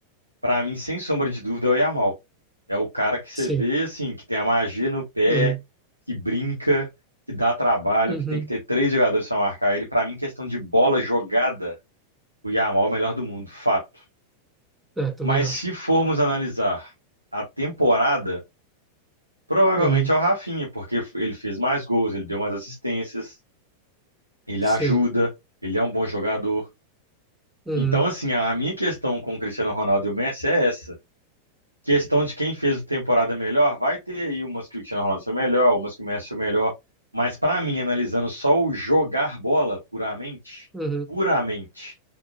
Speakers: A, on the right (about 85°); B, in the centre.
A: Pra mim, sem sombra de dúvida, é o Yamal. É o cara que você
B: sim,
A: vê, assim, que tem a magia no pé,
B: uhum,
A: que brinca, que dá trabalho,
B: uhum,
A: que tem que ter três jogadores pra marcar ele. Pra mim, questão de bola jogada, o Yamal é o melhor do mundo, fato.
B: é, também
A: Mas
B: acho.
A: se formos analisar a temporada, provavelmente
B: Uhum,
A: é o Rafinha, porque ele fez mais gols, ele deu mais assistências, ele
B: sim,
A: ajuda, ele é um bom jogador.
B: uhum,
A: Então, assim, a minha questão com o Cristiano Ronaldo e o Messi é essa. questão de quem fez a temporada melhor, vai ter aí umas que o Cristiano Ronaldo foi melhor, umas que o Messi foi melhor. Mas para mim, analisando só o jogar bola puramente,
B: uhum,
A: puramente,